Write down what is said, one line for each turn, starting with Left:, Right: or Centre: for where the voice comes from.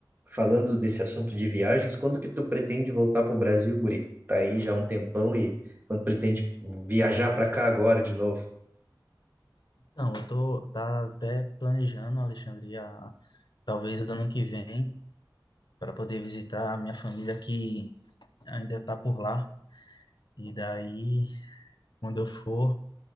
Right: falando desse assunto de viagens, quando que tu pretende voltar pro Brasil, guri? Tá aí já há um tempão e quando pretende viajar para cá agora de novo?
Left: Então, eu tô tá até planejando, Alexandre, a- talvez ano que vem, para poder visitar a minha família que ainda está por lá. E daí, quando eu for,